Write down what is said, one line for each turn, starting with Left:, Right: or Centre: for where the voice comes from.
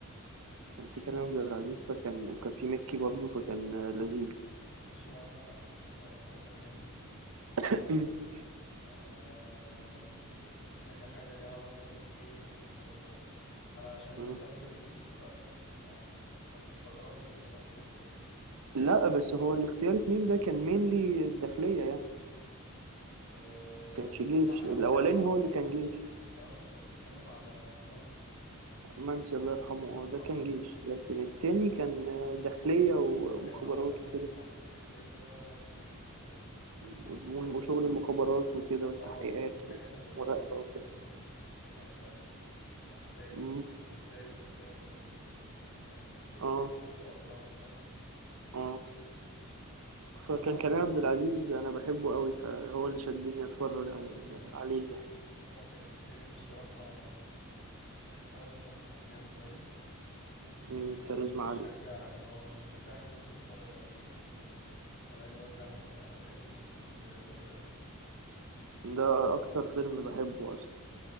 Right: كان في
Left: <clears throat>
Right: كريم عبد العزيز فكان وكان في مكي برضه فكان آه، لذيذ
Left: بصوا انا ص- صراحة يعني
Right: <clears throat>
Left: انا اي حاجة ليها علاقة بالجيش والكلام ده انا عشان
Right: مم.
Left: دخلت الجيش ف ما ما بستغربش اللي انا بشوفه يعني
Right: لا بس هو الاختيار اتنين ده كان مينلي الداخلية يعني
Left: أم،
Right: كانش جيش
Left: لا انا
Right: الأولاني
Left: بتكلم على
Right: هو
Left: المد...
Right: اللي كان جيش
Left: الاولاني كان بيتكلم على منسي
Right: منسي الله يرحمه اه ده
Left: اه
Right: كان جيش لكن التاني كان آه، داخلية و-
Left: كان بيتكلم
Right: ومخابرات
Left: على المداهمات
Right: وكده
Left: بتاعة الداخلية ف- وال
Right: وال-
Left: وال
Right: وشغل المخابرات وكده والتحقيقات
Left: اه والحاجات اللي حصلت
Right: والمراقبة وكده
Left: في في سينا الأحداث
Right: مم.
Left: و- وإزاي الداخلية اتصدت اتص- يعني
Right: اه
Left: عرفت تقف لها وبتاع
Right: اه فكان
Left: أنا
Right: كريم عبد العزيز أنا بحبه قوي فهو اللي شدني أتفرج على عليه يعني.
Left: هو ك- كريم الصراحة كاركتر جامد أوي
Right: مم،
Left: ويشجعك
Right: كاريزما عالية
Left: اه يشجعك إن أنت تتفرج عليه يعني أنا عايز أقولك أنا بحب أنا بحب الفيل الأزرق جدا يعني
Right: ده أكتر فيلم بحبه أصلا